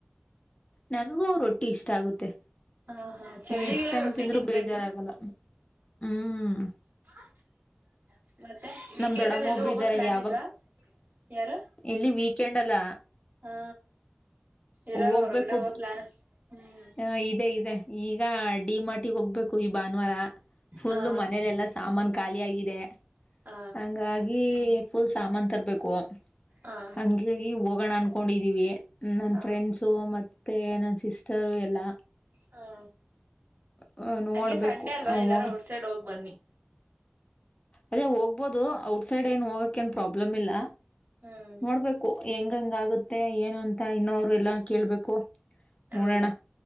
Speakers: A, on the left; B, on the right.
A: ನನ್ಗೂ ರೊಟ್ಟಿ ಇಷ್ಟ ಆಗುತ್ತೆ.
B: ಹ ಹಾ ಚಳಿಗೆಲ್ಲ
A: ಎಷ್ಟ್ ಟೈಮ್
B: ರೊಟ್ಟಿ
A: ತಿಂದ್ರೂ
B: ತಿನ್ಬೇಕು
A: ಬೇಜಾರಾಗಲ್ಲ ಹ್ಮ್
B: ಹ ಮತ್ತೆ ವೀಕೆಂಡ್
A: ನಮ್ ದೊಡ್ಡಮ್ಮ
B: ಅಲ್ಲಿ ಎಲ್ಲೂ
A: ಒಬ್ರು
B: ಹೋಗೋ
A: ಇದ್ದಾರೆ
B: ಪ್ಲಾನ್
A: ಯಾವಾಗ
B: ಇಲ್ವಾ ಯಾರು
A: ಇಲ್ಲಿ ವೀಕೆಂಡ್ ಅಲ್ಲ
B: ಹಾ ಎಲ್ಲಾರೂ
A: ಹೋಗ್ಬೇಕು
B: ಹೊರಗಡೆ ಹೋಗೊ ಪ್ಲಾನ್ ಹ್ಮ್
A: ಹ ಇದೆ ಇದೆ ಈಗ ಡಿಮಾರ್ಟ್ಗೆ ಹೋಗ್ಬೇಕು ಈ ಭಾನುವಾರ ಫುಲ್ಲು
B: ಹ
A: ಮನೇಲೆ ಎಲ್ಲಾ ಸಾಮಾನ ಖಾಲಿ ಆಗಿದೆ
B: ಹ
A: ಹಂಗಾಗಿ ಫುಲ್ ಸಾಮಾನ ತರಬೇಕು
B: ಹ
A: ಹಂಗಿಗ ಹೋಗೋಣ ಅನ್ಕೊಂಡಿದಿವಿ ನನ್
B: ಹ
A: ಫ್ರೆಂಡ್ಸ ಮತ್ತೆ ನನ್ ಸಿಸ್ ರು ಎಲ್ಲ
B: ಹ
A: ಹ ನೋಡ್ಬೇಕು
B: ಹಂಗೆ ಸಂಡೆ ಅಲ್ವಾ
A: ಹ
B: ಎಲ್ಲಾರ
A: ಹೋಗ
B: ಔಟ್ ಸೈಡ್ ಹೋಗ್ ಬನ್ನಿ
A: ಅದೇ ಹೋಗ್ಬೋದು ಔಟ್ಸೈಡ್ ಏನ್ ಹೋಗಕ ಏನ್ ಪ್ರಾಬ್ಲಮ್ ಇಲ್ಲ
B: ಹ್ಮ್
A: ನೋಡ್ಬೇಕು ಹೆಂಗಂಗ ಆಗುತ್ತೆ ಏನ ಅಂತ ಇನ್ನೊ ಎಲ್ಲಾ ಕೇಳ್ಬೇಕು
B: ಹೌದು
A: ನೋಡೋಣ